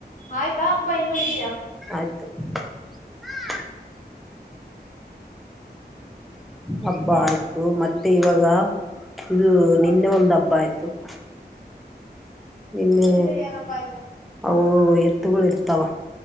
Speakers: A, on the left; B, in the centre.
A: ಆಯ್ತಾ ಹಬ್ಬ ಇನ್ನುೂ ಇದ್ಯಾ.
B: <unintelligible>
A: <inaudible>
B: ಹಬ್ಬ ಆಯ್ತು ಮತ್ತೆ ಇವಾಗ ಇದು
A: ಹ
B: ನಿನ್ನೆ ಒಂದ ಹಬ್ಬ ಆಯ್ತು. <inaudible> ನಿನ್ನೆ
A: ನಿಂದೆ ಏನಪ್ಪ ಆಯ್ತು
B: ಅವು ಎತ್ತುಗಳು ಇರ್ತಾವ.